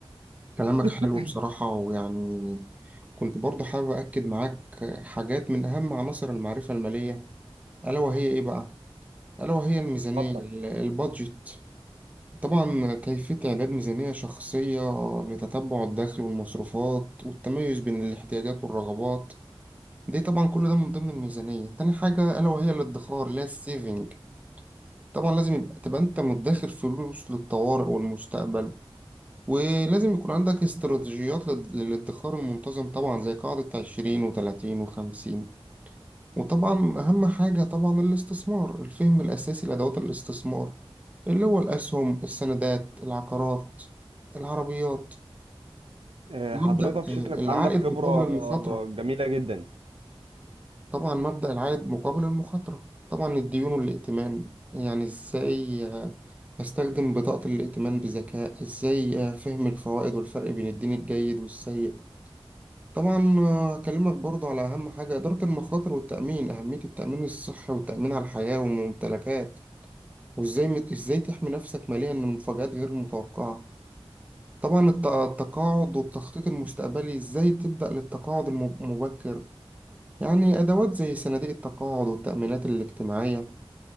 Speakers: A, on the right; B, on the right.
A: كلامك
B: <coughs>
A: حلو بصراحة ويعني كنت برضه حابب أكد معاك حاجات من أهم عناصر المعرفة المالية ألا وهي إيه بقى؟ ألا وهي الميزانية
B: اتفضل
A: ال- البادجت طبعا كيفية إعداد ميزانية شخصية لتتبع الدخل والمصروفات والتميز بين الاحتياجات والرغبات دي طبعا كل ده من ضمن الميزانية تاني حاجة ألا وهي الادخار اللي هي السيفنج طبعا لازم يبقى تبقى أنت مدخر فلوس للطوارئ والمستقبل ولازم يكون عندك استراتيجيات لل- للادخار المنتظم طبعا زي قاعدة عشرين وتلاتين وخمسين وطبعا أهم حاجة طبعا الاستثمار الفهم الأساسي لأدوات الاستثمار اللي هو الأسهم السندات العقارات العربيات
B: آه،
A: مبدأ
B: حضرتك
A: آه،
B: شكلك
A: العائد
B: عندك خبرة
A: مقابل المخاطرة
B: جميلة جدا
A: طبعا مبدأ العائد مقابل المخاطرة طبعا الديون والائتمان يعني إزاي آه، أستخدم بطاقة الائتمان بذكاء إزاي آه، فهم الفوائد والفرق بين الدين الجيد والسيء طبعا آه، أكلمك برضو على أهم حاجة إدارة المخاطر والتأمين أهمية التأمين الصحي والتأمين على الحياة والممتلكات وازاي مت- ازاي تحمي نفسك ماليا من مفاجآت غير متوقعة طبعا الت- التقاعد والتخطيط المستقبلي ازاي تبدأ للتقاعد الم- المبكر يعني ادوات زي صناديق التقاعد والتأمينات الاجتماعية